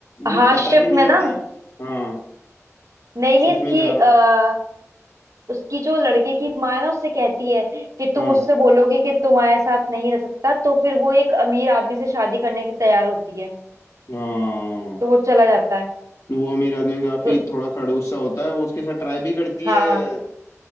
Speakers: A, on the left; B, on the right.
A: वो
B: हार्डशिप
A: बता के नहीं
B: में
A: जाता
B: ना
A: है हाँ
B: नहीं
A: शिप
B: नहीं इसकी
A: में जा रहा
B: आ, उसकी जो लड़के की माँ है ना उससे कहती है कि
A: हाँ
B: तुम उससे बोलोगे कि तुम्हारे साथ नहीं रह सकता तो फिर वो एक अमीर आदमी से शादी करने के तैयार होती है
A: हाँ
B: तो वो चला जाता है
A: वो अमीर आदमी काफी
B: तो
A: थोड़ा खड़ूस सा होता है वो उसके साथ ट्राई भी करती
B: हाँ
A: है अ,